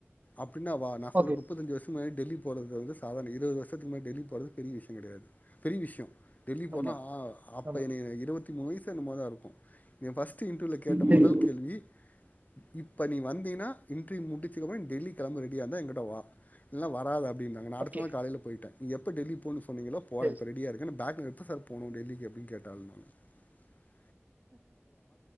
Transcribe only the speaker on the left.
அப் பின்னேவா நா சொல்லறது
முப்பத்தஞ்சு வருஷம்மாயி டெல்லி போறது வந்து சாதாரண இருபது வருஷத்துக்கு மே டெல்லி போறது பெரிய விஷயம் கிடையாது பெரிய விஷயம் டெல்லி
போனா ஆ அப்
இருபத்தி மூணு வயசு என்னமோ இருக்கும் என் ஃபஸ்ட் இன்டர்வியூல கேட்ட
முதல் கேள்வி இப்ப நீ வந்தீன்னா இன்டிர்வியூ முடிச்சுதக்கு அப்புறம் டெல்லி கிளம்ப ரெடியாக இருந்தா எங்கிட்ட வா இல்ல வராதே இருந்தாங்க நா அடுத்த
நாள் காலையில போயிட்டேன் எப்ப டெல்லி போன்னு சொன்னீங்களோ போறேன்
இப்ப ரெடியா இருக்கேன் பேக் எடுத்து எப்ப சார் போகனும் டெல்லிக்கு அப்டின்னு கேட்டேன் தால்மால் <unintelligible>